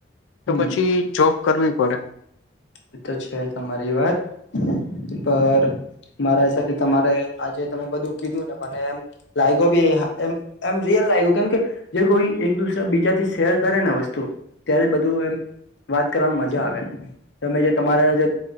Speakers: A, on the left; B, on the left.
A: તો
B: હમ
A: પછી જોબ કરવી પડે.
B: એ તો છે તમારી વાત પર મારા હિસાબ તમારે આજે તમે બધું કીધું ને મને એ લાયો બી લાગ્યું કેમ કે જે કોઈ એક દસરા બીજાથી શેર કરે ને વસ્તુ ત્યારે બધું એમ વાત કરવામાં મજા આવે. તમે જે તમારા જે